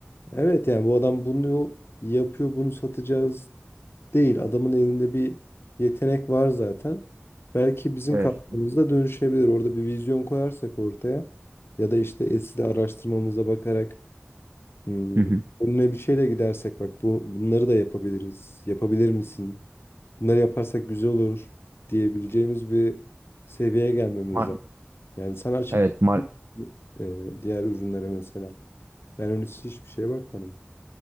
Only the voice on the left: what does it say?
evet yani bu adam bunu yapıyor bunu satacağız değil. Adamın elinde bir yetenek var zaten. Belki bizim
katkımızda dönüşebilir. Orada bir vizyon koyarsak ortaya ya da işte Etsy'de araştırmamıza bakarak hmm,
önüne bir şeyle gidersek bak bu, bunları da yapabiliriz. Yapabilir misin? Bunları yaparsak güzel olur diyebileceğimiz bir seviyeye gelmemiz
lazım. Yani sen açıp
bak,
e, diğer ürünlere mesela. Ben henüz hiçbir şeye bakmadım.